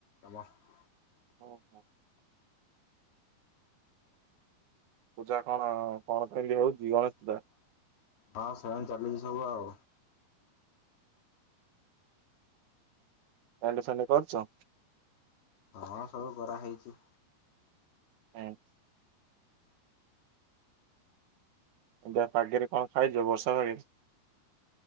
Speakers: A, on the left; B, on the right.
A: <unintelligible>
B: ଓ ହୋ। ପୂଜା କଣ କଣ କେମିତି ହଉଛି ଗଣେଶ ପୂଜା
A: ହଁ ସେମିତି ଚାଲିଚି ସବୁ ଆଉ।
B: ସାଙ୍ଗେ ସାଙ୍ଗେ କରୁଚ।
A: ହଁ ସବୁ କରାହେଇଚି।
B: <unintelligible> ଏମିତିଆ ପାଗରେ କଣ ଖାଇଚୁ ବର୍ଷା ପାଗରେ?